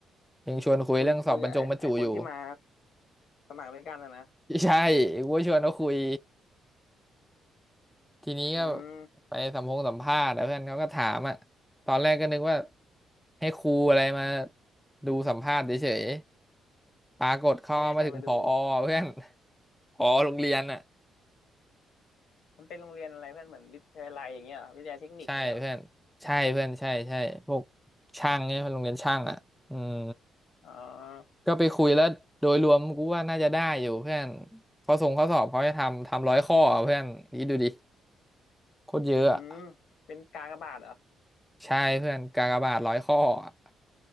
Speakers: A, in the centre; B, on the left.
A: ยังชวนคุยเรื่องสอบบรรจงบรรจุอยู่
B: คุยคุยกับไอ้ไอ้คนที่มา สมัครไม่กล้านอะนะ
A: <laughs> ใช่กูก็ชวนเขาคุยทีนี้ก็
B: อืม
A: ไปสัมพงสัมภาษณ์แล้วเพื่อนเขาก็ถามอ่ะตอนแรกก็นึกว่าให้ครูอะไรมาดูสัมภาษณ์เฉย ปรากฏเข้ามาถึงผอเพื่อน
B: ให้ใครมาดู
A: <laughs> ผอโรงเรียนอ่ะ
B: มันเป็นโรงเรียนอะไรเพื่อนเหมือนวิทยาลัยอย่างเงี้ยเหรอวิทยาลัยเทคนิคเงี้ยเหรอ
A: ใช่เพื่อนใช่เพื่อนใช่ใช่พวกช่างเนี่ยเพื่อนโรงเรียนช่างอ่ะอืม
B: อ๋อ
A: ก็ไปคุยแล้วโดยรวมกูว่าน่าจะได้อยู่เพื่อนข้อส่งข้อสอบเขาให้ทำทำร้อยข้ออะเพื่อนนี่ดูดิโคตรเยอะอะ
B: อืมเป็นกากบาทเหรอ
A: ใช่เพื่อนกากบาทร้อยข้ออะ